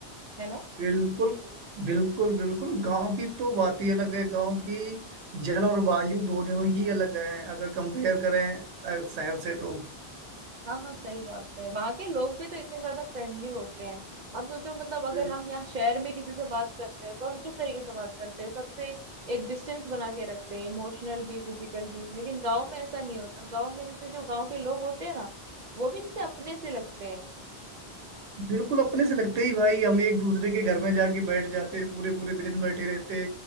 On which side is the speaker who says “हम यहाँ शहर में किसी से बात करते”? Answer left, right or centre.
Right